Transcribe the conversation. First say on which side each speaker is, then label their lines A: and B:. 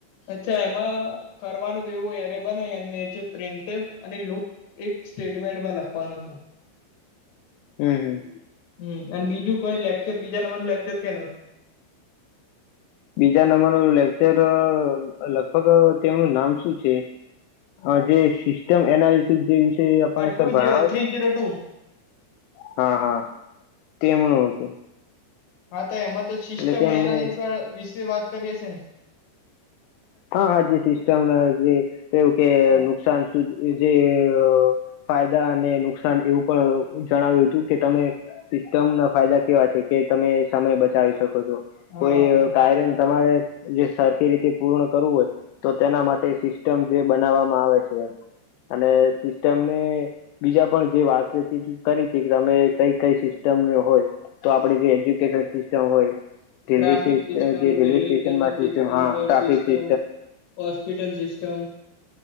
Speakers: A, on the left; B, on the left.
A: અચ્છા એમાં કરવાનું તો એવું હોય એરે બનાઈ અને જે પ્રીન્ટેબ અને લુપ એક સ્ટેટમેન્ટમાં લખવાનું હતું.
B: હમ. હમ.
A: હમ અને બીજું કોઈ લેક્ચર બીજા નંબરનો લેકચર કેનો?
B: બીજા નંબરનો લેક્ચર લગભગ તેમનું નામ શું છે? અ જે સિસ્ટમ એનાલિસસ જે વિષય આપણને
A: આ ટુ
B: સર ભણાવે
A: થ્રી
B: છે ન
A: જીરો ટુ
B: હા હા તેમનું હતું
A: હા તો એમાં તો સિસ્ટમ
B: એટલે તેમને
A: એનાલિસ વિશે વાત કરી હશે ન?
B: હા હા જે સિસ્ટમ ન <unintelligible> એવું કે
A: હા
B: નુકસાન જેએ ફાયદા અને નુકસાન એવું પણ જણાવ્યું હતું કે તમે સિસ્ટમના ફાયદા કેવા છે કે તમે સમય બચાવી શકો છો.
A: હા.
B: કોઈ કાર્યન તમારે જે સરખી રીતે પૂર્ણ કરવું હોય તો તેના માટે સિસ્ટમ જે બનાવવામાં આવે છે અને સિસ્ટમને બીજા પણ જે વાત <unintelligible> કે તમે કઈ- કઈ સિસ્ટમ હોય તો આપડી જે એજ્યુકેશન સિસ્ટમ હોય <unintelligible>
A: ટ્રાફિક સિસ્ટમ
B: જે રેલવે સ્ટેશનમાં
A: સ્ટેશન
B: સિસ્ટમ હા
A: બસ
B: ટ્રાફિક
A: સિસ્ટમ
B: સિ
A: હોસ્પિટલ સિસ્ટમ